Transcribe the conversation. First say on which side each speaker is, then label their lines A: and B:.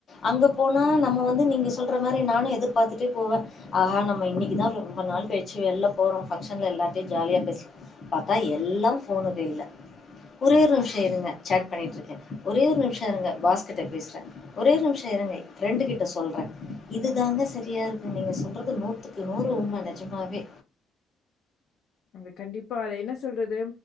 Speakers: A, on the left (about 35°); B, on the left (about 60°).
A: அங்கே போனா நம்ம வந்து நீங்க சொல்ற மாரி நானு எதிர்பாத்துட்டே போவே ஆஹா நம்ம இன்னைக்குதா ரொம்ப நாள் கழிச்சி வெள்ல போறோ ஃபங்ஷன்ல எல்லாத்தையு ஜாலியா பேசலா பாத்தா எல்லா ஃபோனு கைல ஒரே ஒரு நிம்ஷ இருங்க பண்ணிட்ருக்கே ஒரே ஒரு நிம்ஷ இருங்க பாஸ்கிட்ட பேசுற ஒரே ஒரு நிம்ஷ இருங்க ஃப்ரெண்டு கிட்ட சொல்ற இது தாங்க சரியா இருக்கு நீங்க சொல்றது நூத்துக்கு நூறு உண்மங்க நெஜமாவே
B: அது கண்டிப்பா அத என்ன சொல்றது